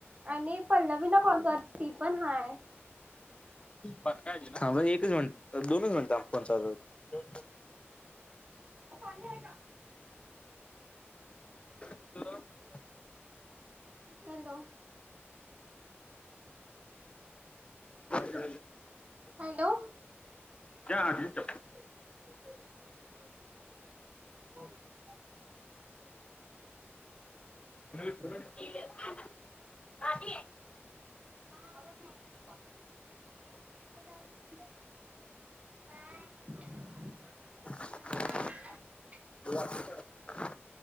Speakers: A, on the right; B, on the left.
A: आणि पल्लवीला कॉल कर. ती पण हाय.
B: थांब हं एकच मिनट, दोनच मिनिटं फोन चालू हाय.
A: ओ पाणी हाय का?
B: <unintelligible> <inaudible>
A: हॅलो.
B: दे.
A: हॅलो.
B: त्या आधीच
A: <inaudible>
B: <unintelligible>
A: <inaudible> <unintelligible>
B: <inaudible>
A: <inaudible>
B: <inaudible>